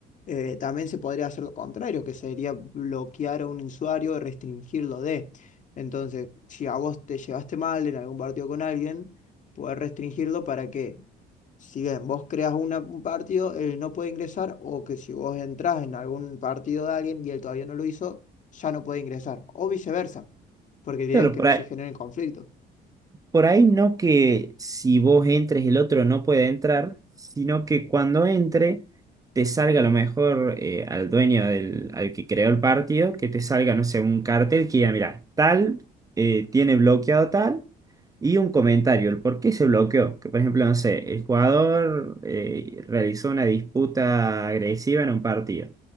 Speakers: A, on the left; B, on the right.
A: eh, también se podría hacer lo contrario, que sería bloquear a un usuario y restringirlo de. Entonces, si a vos te llevaste mal en algún partido con alguien, podés restringirlo para que, si bien vos creas una- un partido, él no puede ingresar, o que si vos entrás en algún partido de alguien y él todavía no lo hizo, ya no puede ingresar, o viceversa, porque la
B: Claro,
A: idea es que
B: por
A: no
B: ahí,
A: se generen conflictos.
B: Por ahí no que si vos entres el otro no puede entrar, sino que cuando entre te salga a lo mejor eh, al dueño del, al que creó el partido, que te salga, no sé, un cartel que diga, mira, tal eh, tiene bloqueado tal y un comentario, el por qué se bloqueó. Que por ejemplo, no sé, el jugador eh, realizó una disputa agresiva en un partido.